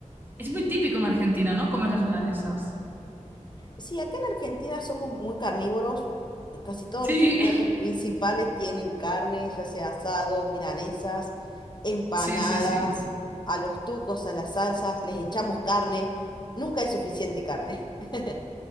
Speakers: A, on the right; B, on the left.
A: Es muy típico en Argentina, ¿no? Comer las milanesas.
B: Sí, acá en Argentina somos muy carnívoros. Casi todos
A: Sí,
B: nuestros platos principales tienen carne, ya sea asado, milanesas, empanadas,
A: <laughs> sí, sí, sí.
B: a los tucos, a las salsas, les echamos carne. Nunca es suficiente carne. <laughs>